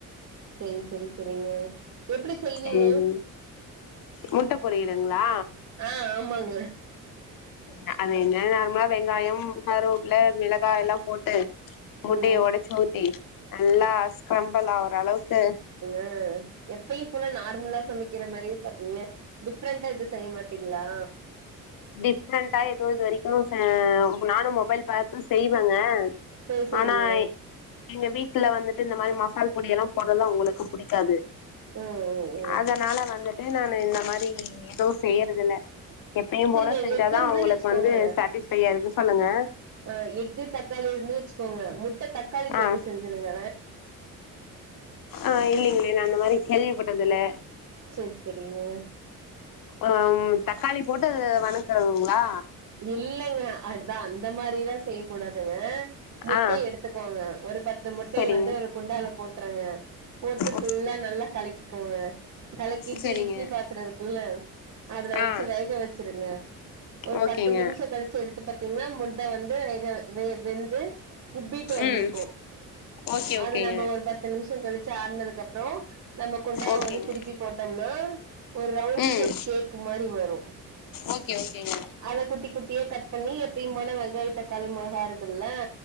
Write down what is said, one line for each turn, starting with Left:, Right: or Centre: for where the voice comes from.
Right: சேரி செரி செரிங்க எப்டி செய்வீங்க
Left: செய்விங்க முட்ட பொறியலுங்களா
Right: ஆ ஆமாங்க
Left: அ அது என்ன நார்மலா வெங்காயோ கருவப்லல மிளகாய்லா போட்டு முட்டையை
Right: ம்
Left: ஒடச்சு ஊத்தி நல்லா ஸ்க்ரம்பலாகுர அளவுக்கு
Right: ஆ எப்பயு போல நார்மலா சமைக்கிற மாரி டிஃப்ரெண்டா எது சொய்ய மாட்டீங்களா
Left: டிஃப்ரெண்டா எது இது வரைக்கு ஆ நானு மொபைல் பாத்து செய்வேங்க
Right: செரி செரிங்க
Left: ஆனா எங்க வீட்டுல வந்துட்டு இந்த மாரி மசால் பொடியெல்லா போட்றதுலா அவுங்களுக்கு புடிக்காது
Right: ம் ம் ம்
Left: அதனால வந்துட்டு நானு இந்த மாரி எதுவு செய்யறது இல்ல எப்பயு
Right: செரிங்க
Left: போல செஞ்சாதா
Right: எக் இருந்துன்னு
Left: அவுங்களுக்கு
Right: வச்சுக்கோங்க
Left: வந்து சேட்டிஸ்ஃபையா இருக்கு சொல்லுங்க
Right: ஆ எஃகு தக்காளி இருந்து வச்சுக்கோங்க முட்ட தக்காளி
Left: ஆ
Right: தொக்க செஞ்சுருங்க
Left: ஆ இல்லைங்களே நா அந்த மாரி கேள்விப்பட்டதுல்ல
Right: சேர் செரிங்க
Left: ம் தக்காளி போட்டு அத வனக்குறதுங்களா
Right: இல்லங்க அதா அந்த மாரிலா செய்யக் கூடாதுங்க முட்டைய
Left: ஆ
Right: எடுத்துக்கோங்க ஒரு பத்து முட்டய
Left: சரிங்க
Right: வந்து ஒரு குண்டால போட்டுருங்க போட்டு ஃபுல்லா
Left: ஓகேங்க
Right: நல்லா கலக்கி க்கோங்க கலக்கிட்டு
Left: சரிங்க
Right: இட்லி பாத்திர இருக்குல்ல அதுல வெச்சு
Left: ஆ
Right: வேக வெச்சிருங்க ஒரு
Left: ஓகேங்க
Right: பத் கழிச்சு எடுத்து பாத்தீங்கன்னா முட்ட வந்து வெக வெ வெந்து உப்பீட்டு வந்திருக்கு
Left: ம் ஓகே
Right: அத
Left: ஓகேங்க
Right: நம்ப ஒரு பத்து நிம்ஷோ கழிச்சு ஆற்னதுக்கப்றோ நம்ம குண்டாவ
Left: ஓகேங்க
Right: வந்து திருப்பி போட்டம்னா ஒரு ரவ்ண்ட்
Left: ம்
Right: ஷேப் கேக் மாரி வரு
Left: ஓகே ஓகேங்க
Right: அத குட்டி குட்டியா கட் பண்ணி எப்பையும் போல வெங்காயோ தக்காளி மொள கா இருக்குல்ல